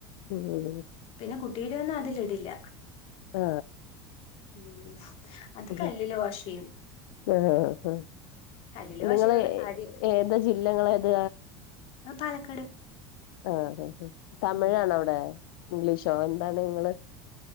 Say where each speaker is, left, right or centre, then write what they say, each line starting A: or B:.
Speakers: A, on the left; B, on the left.
A: ഉം ഉം.
B: പിന്നെ കുട്ടീടെ ഒന്നും അതില് ഇടില്ല.
A: ആ.
B: <inaudible> <unintelligible>
A: ഉം
B: കല്ലില് വാഷ് ചെയ്യും
A: ആഹ്.
B: കല്ലില്
A: നിങ്ങള്
B: വാഷ് ചെയ്യണ കാര്യമായിട്ടില്ല
A: ഏത് ജില്ലകളേത?
B: ആ പാലക്കാട്.
A: ആ തമിഴാണോ
B: ഉം
A: അവിടെ ഇംഗ്ലീഷോ എന്താണ് നിങ്ങള്